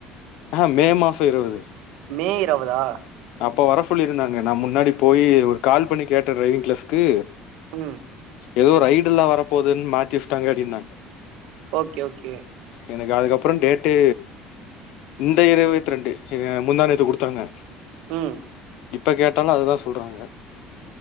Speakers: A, on the left; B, on the right.
A: ஆ மே மாசோ இருவது
B: மே இருவதா
A: அப்போ வர சொல்லி இருந்தாங்க நா முன்னாடி போய் ஒரு கால் பண்ணி கேட்டே டிரைவிங் கிளஸ்க்கு
B: ம்
A: ஏதோ ரைடுல்லா வரப்போகுதுன் மாத்தி வச்சிட்டாங்க அப்டினாங்க
B: ஓகே ஓகே
A: எனக்கு அதுக்கப்றோ டேட்டு இந்த இருவத்ரெண்டு இ முந்தா நேத்து குடுத்தாங்க
B: ம்
A: இப்ப கேட்டாலு அதுதா சொல்றாங்க